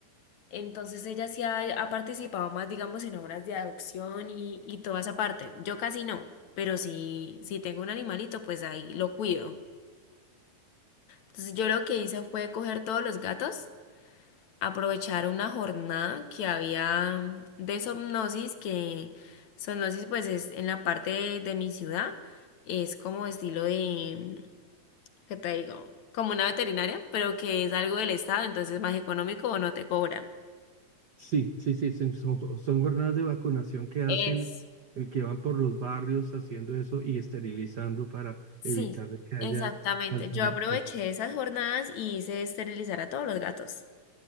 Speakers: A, on the left; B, on the right.
A: Entonces ella sí ha, ha participado más, digamos, en obras de adopción y, y toda esa parte. Yo casi no, pero si, si tengo un animalito, pues ahí lo cuido. Entonces yo lo que hice fue coger todos los gatos aprovechar una jornada que había de somnosis, que somnosis pues es en la parte de, de mi ciudad, es como estilo de, ¿qué te digo? Como una veterinaria, pero que es algo del estado, entonces es más económico o no te cobran.
B: Sí, sí, sí, son, son- son jornadas de vacunación que hacen,
A: Es.
B: eh, que van por los barrios haciendo eso y esterilizando para
A: Sí,
B: evitar de que haya
A: exactamente.
B: tanta
A: Yo
B: vacuna.
A: aproveché esas jornadas y hice esterilizar a todos los gatos.